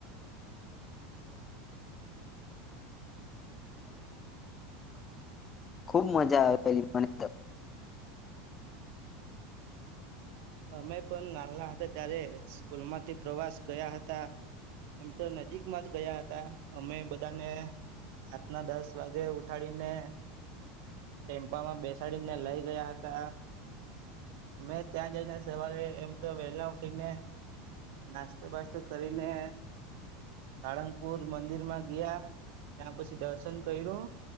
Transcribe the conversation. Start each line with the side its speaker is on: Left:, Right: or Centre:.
Left: ખૂબ મજા આવેલી મને તો.
Right: અમે પણ નાના હતા ત્યારે સ્કૂલમાંથી પ્રવાસ ગયા હતા એમ તો નજીકમાં જ ગયા હતા અમે બધાને રાતના દસ વાગે ઉઠાડીને ટેમ્પામાં બેસાડીને લઈ ગયા હતા અમે ત્યાં જઈને સવારે એમ તો વહેલા ઉઠીને નાસ્તો બાસ્તો કરીને સાળંગપુર મંદિર માં ગીયા ત્યાં પછી દર્શન કર્યું